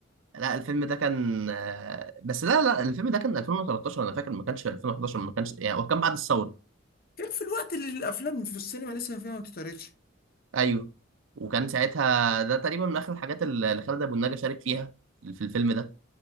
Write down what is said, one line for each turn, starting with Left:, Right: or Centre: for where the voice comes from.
Right: لا الفيلم ده كان آه، بس لا لا الفيلم ده كان 2013 انا فاكر ما كانش 2011 ما كانش يعني هو كان بعد الثوره
Left: كان في الوقت اللي الافلام في السينما لسه فيها ما بتتعرضش
Right: ايوه وكان ساعتها ده تقريبا من اخر الحاجات اللي خالد ابو النجا شارك فيها في الفيلم ده